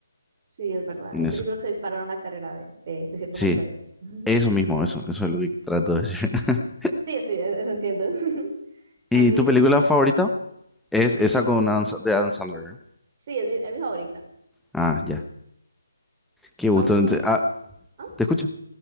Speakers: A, on the right (about 35°); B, in the centre.
A: sí, es verdad.
B: en
A: Hay
B: eso.
A: películas que dispararon la carrera de, de, de ciertos
B: Sí,
A: actores. <laughs>
B: eso mismo, eso, eso es lo que trato de decir. <laughs>
A: Sí, sí, e- eso entiendo. <laughs> También,
B: ¿Y tu película favorita? Es esa
A: mi película,
B: con Adam, Sa- de Adam Sandler. ¿eh?
A: sí, es mi, es mi favorita.
B: Ah, ya. Qué gusto.
A: Aunque,
B: Entonces,
A: o-
B: ah,
A: ah,
B: ¿te escucho?